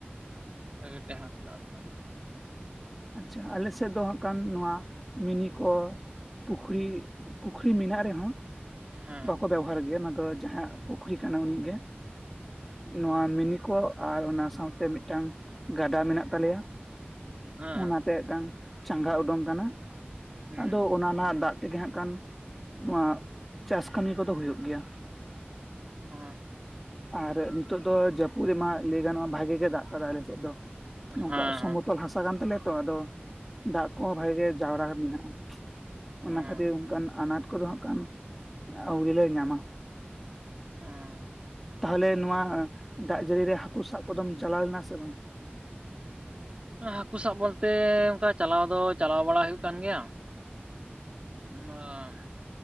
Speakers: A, on the right; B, in the centre.
A: <unintelligible>
B: ᱟᱪᱪᱷᱟ ᱟᱞᱮ ᱥᱮᱫ ᱫᱚ ᱦᱟᱸᱜ ᱠᱟᱱ ᱱᱚᱣᱟ ᱢᱤᱱᱤ ᱠᱚᱼᱼ ᱯᱩᱠᱷᱨᱤ ᱯᱩᱠᱷᱨᱤ ᱢᱮᱱᱟᱜ ᱨᱮ ᱦᱚᱸᱼᱼ
A: ᱦᱮᱸ
B: ᱵᱟᱠᱚ ᱵᱮᱵᱚᱦᱟᱨ ᱜᱮᱭᱟ ᱱᱚᱣᱟ ᱫᱚ ᱡᱟᱦᱟᱸᱭᱟᱜ ᱯᱩᱠᱷᱨᱤ ᱠᱟᱱᱟ ᱩᱱᱤ ᱜᱮ ᱱᱚᱶᱟ ᱢᱤᱱᱤ ᱠᱚ ᱟᱨ ᱚᱱᱟ ᱥᱟᱶ ᱛᱮ ᱢᱤᱫᱴᱟᱝ ᱜᱟᱰᱟ ᱢᱮᱱᱟᱜ ᱛᱟᱞᱮᱭᱟ
A: ᱦᱮᱸ
B: ᱚᱱᱟ ᱛᱮ ᱢᱤᱫᱴᱟᱝᱼᱼ ᱪᱟᱸᱜᱟ ᱩᱰᱳᱝ ᱠᱟᱱᱟ
A: ᱦᱩᱸ
B: ᱟᱫᱚ ᱚᱱᱟ ᱨᱮᱱᱟᱜ ᱫᱟᱜ ᱛᱮᱜᱮ ᱦᱟᱸᱜ ᱠᱷᱟᱱ ᱱᱚᱣᱟ ᱪᱟᱥ ᱠᱟᱹᱢᱤ ᱠᱚᱫᱚ ᱦᱩᱭᱩᱜ ᱜᱮᱭᱟ
A: ᱦᱚᱸᱜᱼᱚᱭ᱾
B: ᱟᱨ ᱱᱤᱛᱚᱜ ᱫᱚ ᱡᱟᱹᱯᱩᱫ ᱨᱮᱢᱟ ᱞᱟᱹᱭ ᱜᱟᱱᱚᱜᱼᱟ ᱵᱷᱟᱜᱮ ᱜᱮ ᱫᱟᱜ ᱠᱟᱫᱟ ᱟᱞᱮᱥᱮᱫ ᱫᱚ᱾ ᱱᱚᱝᱠᱟ
A: ᱦᱮᱸ
B: ᱥᱚᱢᱚᱛᱚᱞ ᱦᱟᱥᱟ ᱠᱟᱱ ᱛᱟᱞᱮᱭᱟ ᱛᱚ, ᱟᱫᱚ ᱫᱟᱜ ᱠᱚᱦᱚᱸ ᱵᱷᱟᱜᱤ ᱜᱮ ᱡᱟᱣᱨᱟ ᱢᱮᱱᱟᱜᱼᱟ᱾ ᱚᱱᱟ
A: ᱦᱮᱸ
B: ᱠᱷᱟᱹᱛᱤᱨ ᱚᱝᱠᱟᱱ ᱟᱱᱟᱴ ᱠᱚᱫᱚ ᱦᱟᱸᱜ ᱠᱷᱟᱱ ᱟᱣᱨᱤ ᱞᱮ ᱧᱟᱢᱟ᱾
A: ᱚᱸᱻ᱾
B: ᱛᱟᱦᱞᱮ ᱱᱚᱶᱟ ᱫᱟᱜ ᱡᱟᱹᱲᱤ ᱨᱮ ᱦᱟᱠᱩ ᱥᱟᱵ ᱠᱚᱫᱚᱢ ᱪᱟᱞᱟᱣ ᱞᱮᱱᱟ, ᱥᱮ ᱵᱟᱝ?
A: ᱦᱟᱹᱠᱩ ᱥᱟᱵ ᱵᱚᱞᱛᱮ ᱚᱱᱠᱟ ᱪᱟᱞᱟᱣ ᱫᱚ ᱪᱟᱞᱟᱣ ᱵᱟᱲᱟ ᱦᱩᱭᱩᱜ ᱠᱟᱱ ᱜᱮᱭᱟ᱾ ᱚᱱᱟ,